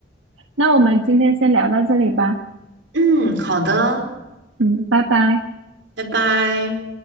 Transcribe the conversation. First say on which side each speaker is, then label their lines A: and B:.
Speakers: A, on the right (about 85°); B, on the right (about 65°).
A: 那我们今天先聊到这里吧，
B: 嗯，好的，
A: 嗯，拜拜。
B: 拜拜。